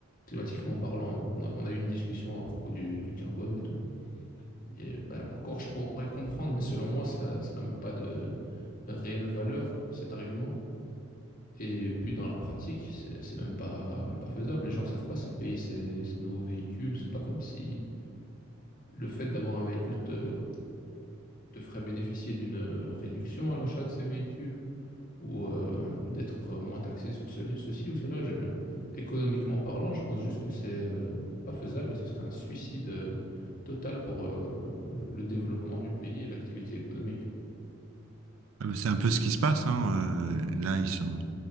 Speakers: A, on the left; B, on the right.
A: climatiquement parlant, on a, on a eu une discussion à propos du, du carbone et tout. Et bah, encore, je pourrais comprendre, mais selon moi, ça, ça n'a même pas de réelle valeur, cet argument. Et puis dans la pratique, c'est c'est même pas, même pas faisable. Les gens savent pas ces pays, ces, ces nouveaux véhicules. C'est pas comme si le fait d'avoir un véhicule te, te- ferait bénéficier d'une euh, réduction à l'achat de ces véhicules ou euh, d'être moins taxé sur ce- ceci ou cela. Je- économiquement parlant, je pense juste que c'est euh, pas faisable. Ce serait un suicide euh, total pour euh, le développement du pays et l'activité économique.
B: Ah, mais C'est un peu ce qui se passe, hein. euh, là, ils sont,